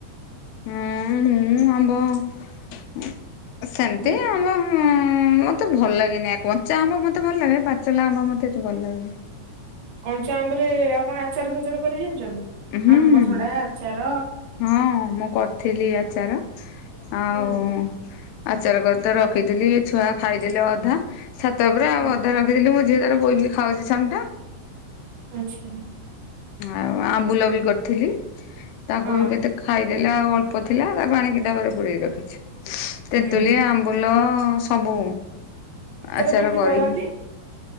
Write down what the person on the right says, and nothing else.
ହୁଁ
କଞ୍ଚାଆମ୍ବ ରେ ଆପଣ ଆଚାର ଫାଚାର କରି ଜାଣିଚନ୍ତି
ଆମ୍ବସଡା ଆଚାର
ହୁଁ
ହୁଁ
ଆଚ୍ଛା।
ହଁ
ହୁଁ
କେମିତି
କରନ୍ତି?